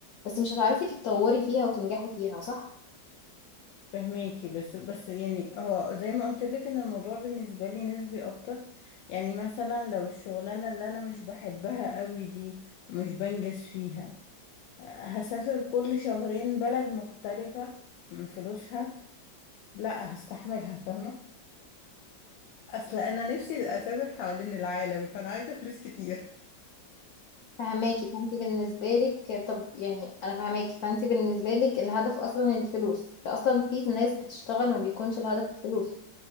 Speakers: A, on the left; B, on the left.
A: بس مش هتعرفي تتطوري فيها وتنجحي فيها صح؟
B: فهماكي بس بس يعني اه زي ما قلت لك ان الموضوع بالنسبة لي نسبي اكتر يعني مثلا لو الشغلانة اللي انا مش بحبها قوي دي مش بنجز فيها آه، هسافر كل شهرين بلد مختلفة من فلوسها لا هستحملها فاهمة اصل انا نفسي اسافر حوالين العالم فانا عايزه فلوس كتير
A: فهماكي فانت بالنسبة لك طب يعني انا فهماكي فانت بالنسبة لك الهدف اصلا الفلوس فاصلا في ناس بتشتغل ما بيكونش الهدف الفلوس